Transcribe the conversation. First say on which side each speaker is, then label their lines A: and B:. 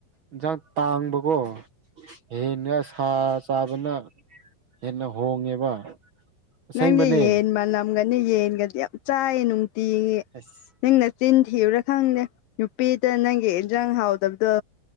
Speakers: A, on the right; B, on the left.
A: ꯏꯟꯁꯥꯡ ꯇꯥꯡꯕꯀꯣ ꯌꯦꯟꯅꯦ ꯁꯥꯠ ꯆꯥꯕꯅ ꯍꯦꯟꯅ ꯍꯣꯡꯉꯦꯕ ꯑꯁꯦꯡꯕꯅꯦ
B: ꯅꯪꯒꯤ ꯌꯦꯟ ꯃꯅꯝꯒꯅꯤ ꯌꯦꯟꯒꯗꯤ ꯌꯥꯝ ꯆꯥꯏꯌꯦ ꯅꯨꯡꯇꯤꯒꯤ
A: ꯑꯁ
B: ꯅꯪ ꯅꯆꯤꯟ ꯊꯤꯕꯔꯥ ꯈꯪꯗꯦ ꯅꯨꯄꯤꯗ ꯅꯪꯒꯤ ꯏꯟꯖꯥꯡ ꯍꯥꯎꯗꯕꯗꯣ